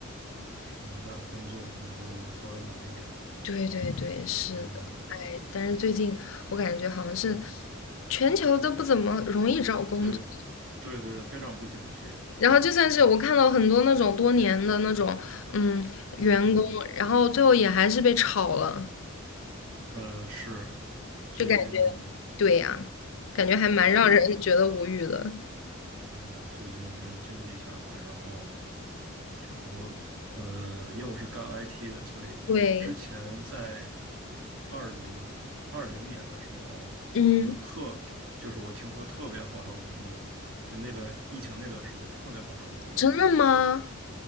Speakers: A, on the right; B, on the left.
A: 是那工作可能就稍微难一点。
B: 对对对，是的，
A: 嗯
B: 哎，但是最近我感觉好像是
A: 嗯，
B: 全球都不怎么容易找工作，
A: 对对对，非常不景气。
B: 然后就算是我看到很多那种多年的那种嗯员工，
A: 嗯
B: 然后最后也还是被炒了。
A: 呃，是最近
B: 就感觉对呀，感觉还蛮让人觉得无语的。
A: 最近啊、呃最近真是经济下滑，然后。就我，呃，因为我是干 IT 的，所以之前在
B: 对，
A: 二零二零年的时候，
B: 嗯，
A: 就特，就是我听说特别好找工作，就那段疫情那段时间特别好找工作，
B: 真的吗？